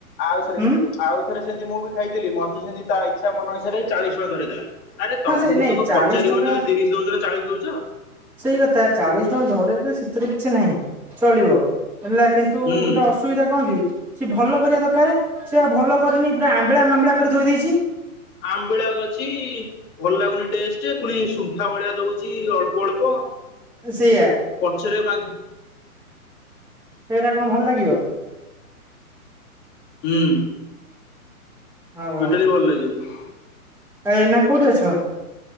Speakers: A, on the left; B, in the centre.
A: ଆଉଥରେ
B: ହୁଁ
A: ଆଉ ଥରେ ସେମିତି ମୁଁ ବି ଖାଇଥିଲି ମତେ ସେମତି ତା ଇଚ୍ଛା ମନ ଇଚ୍ଛାରେ ଚାଳିଶ ଟଙ୍କା ଧରେଇଦେଲା। ଆରେ
B: ହଁ
A: ତମକୁ
B: ସେ ନାଇଁ
A: ତ
B: ଚାଳିଶ
A: ପଚାରିବନି
B: ଟଙ୍କା
A: ତମେ ତିରିଶ ଦେଉଛ ଚାଳିଶ ଦେଉଛ।
B: ସେଇ କଥା ଚାଳିଶ ଟଙ୍କା ଧରେଇଦେଲା ସେଥିରେ କିଛି ନାହିଁ, ଚଳିବ ହେଲା କିନ୍ତୁ
A: ହୁଁ।
B: ଗୋଟେ ଅସୁ ସୁବିଧା କଣ କି ସିଏ ଭଲ କରିବା ଦରକାର। ସେ ଭଲ କରିନି ପୁରା ଆମ୍ୱିଳା ମାମ୍ୱିଳା କରି ଥୋଇଦେଇେଛି।
A: ଆମ୍ବିଳାକ ଅଛି ଭଲ ଲାଗୁନି ଟେଷ୍ଟ ପୁଣି ସୁଣ୍ଠା ଭଳିଆ ଦଉଛି ଅଳ୍ପ ଅଳ୍ପ।
B: ସେଇଆ
A: ପଛରେ ମା
B: ସେଇଟା କଣ ଭଲ ଲାଗିବ।
A: ହୁଁ
B: ହଁ ହଁ
A: ଟୋଟାଲି
B: ଆଉ
A: ଭଲ ଲାଗିବନି।
B: ଏଇନା କୋଉଠି ଅଛ।